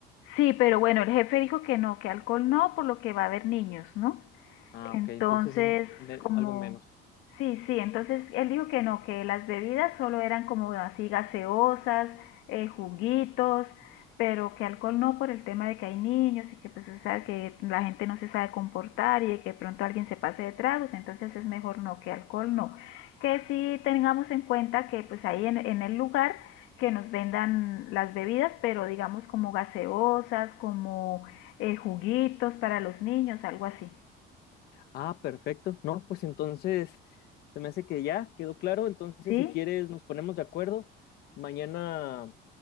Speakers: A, on the left; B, on the left.
A: Sí, pero bueno, el jefe dijo que no, que alcohol no, por lo que va a haber niños, ¿no?
B: Ah,
A: Entonces,
B: ok, entonces es me-
A: como,
B: algo menos.
A: sí, sí, entonces él dijo que no, que las bebidas solo eran como así gaseosas, eh, juguitos, pero que alcohol no por el tema de que hay niños y que pues o sea, que la gente no se sabe comportar y de que pronto alguien se pase de tragos, entonces es mejor no, que alcohol no. Que sí tengamos en cuenta que pues ahí en, en el lugar que nos vendan las bebidas, pero digamos como gaseosas, como eh, juguitos para los niños, algo así,
B: Ah, perfecto. No, pues entonces se me hace que ya quedó claro. Entonces,
A: ¿sí?
B: si quieres, nos ponemos de acuerdo. Mañana